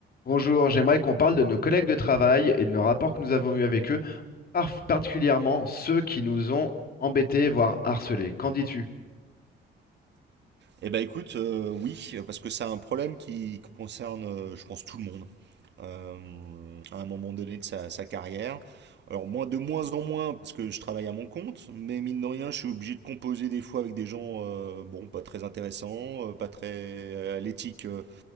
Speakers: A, on the left (about 50°); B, on the right (about 60°).
A: Bonjour, j'aimerais qu'on parle de nos collègues de travail et de nos rapports que nous avons eus avec eux, par- particulièrement ceux qui nous ont embêtés, voire harcelés. Qu'en dis-tu?
B: Eh ben écoute, euh, oui, parce que c'est un problème qui concerne, euh, je pense, tout le monde euh, à un moment donné de sa, sa carrière. Alors moi, de moins en moins, parce que je travaille à mon compte, mais mine de rien, je suis obligé de composer des fois avec des gens, euh, bon, pas très intéressants, euh, pas très euh, à l'éthique euh,